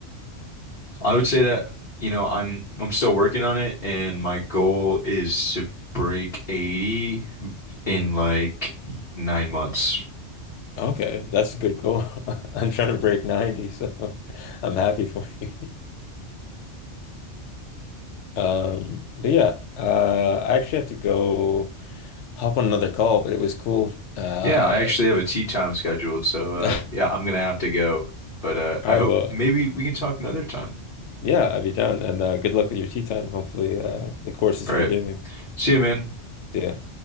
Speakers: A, on the left; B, on the left.
A: I would say that you know, I'm I'm still working on it and my goal is to break 80 in like 9 months.
B: Okay, that's a good goal. <laughs> I'm trying to break 90, so <laughs> I'm happy for you. <laughs> Um, but yeah, uh, I actually have to go hop on another call, but it was cool. Uh,
A: Yeah, I actually have a tea time scheduled, so uh
B: <laughs> all
A: yeah, I'm gonna have to go. But uh
B: right,
A: I hope
B: well,
A: maybe we can talk another time.
B: yeah, I'll be down and uh, good luck with your tea time. Hopefully, uh, the course is
A: All
B: forgiving.
A: right. See you, man.
B: See ya.